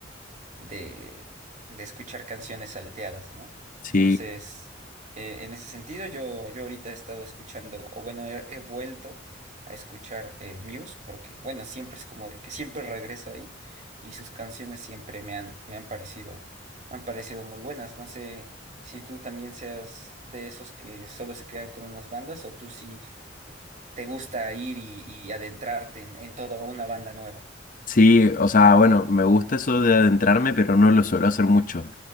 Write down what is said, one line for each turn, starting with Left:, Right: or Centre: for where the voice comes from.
Right: de, de escuchar canciones salteadas, ¿no?
Left: sí.
Right: Entonces, eh, en ese sentido, yo, yo ahorita he estado escuchando, o bueno, he, he vuelto a escuchar eh, Muse, porque, bueno, siempre es como de que siempre regreso ahí y sus canciones siempre me han, me han parecido, me han parecido muy buenas. No sé si tú también seas de esos que solo se quedan con unas bandas o tú sí eh, te gusta ir y, y adentrarte en, en toda una banda nueva.
Left: Sí, o sea, bueno, me gusta eso de adentrarme, pero no lo suelo hacer mucho.